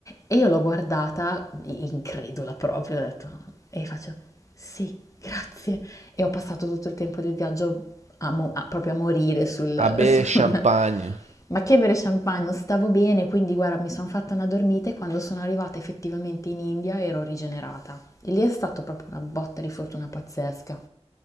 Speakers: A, on the left; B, on the right.
A: E io l'ho guardata, i- incredula proprio, ho detto, e faccio, sì, grazie. E ho passato tutto il tempo del viaggio a mo- a- proprio a morire sul,
B: Ah beh,
A: <laughs> sul-
B: champagne.
A: Ma che bere champagne, non stavo bene, quindi guarda, mi sono fatta una dormita e quando sono arrivata effettivamente in India ero rigenerata. E lì è stata proprio una botta di fortuna pazzesca.